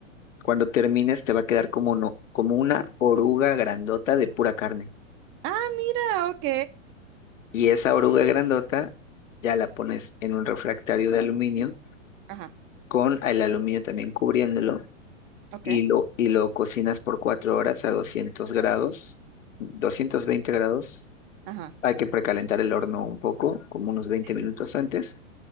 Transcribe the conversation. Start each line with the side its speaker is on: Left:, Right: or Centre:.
Left: cuando termines te va a quedar como no, como una oruga grandota de pura carne.
Right: Ah, mira, ok.
Left: Y esa oruga grandota ya la pones en un refractario de aluminio
Right: Ajá,
Left: con el aluminio también cubriéndolo
Right: ok.
Left: y lo, y lo cocinas por cuatro horas a 200 grados, 220 grados.
Right: Ajá,
Left: Hay que precalentar el horno un poco, como unos veinte
Right: Sí,
Left: minutos
Right: sí, sí.
Left: antes